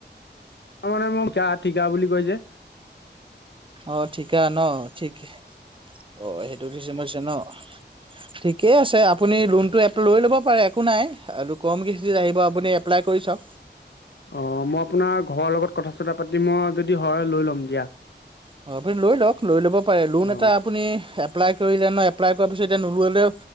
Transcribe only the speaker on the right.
অ ঠিকা ন ঠিক অ সেইটো দিছে মাৰছে ন। ঠিকে আছে আপুনি লোন টো এপ লৈ ল'ব একো নাই আৰু কম কিস্তিত আহিব আপুনি এপ্লাই কৰি চাওক।
অ আপুনি লৈ লওক লৈ ল'ব পাৰে লোন
এটা আপুনি এপ্লাই কৰিলে ন এপ্লাই কৰাৰ পিছত এতিয়া নকলেও